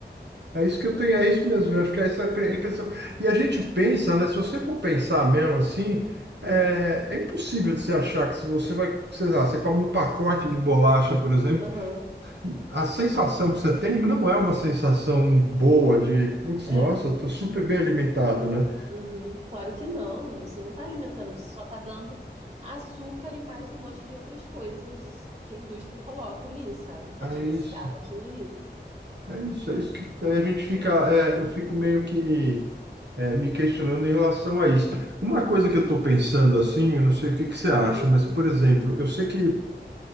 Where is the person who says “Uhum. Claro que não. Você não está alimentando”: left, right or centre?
Right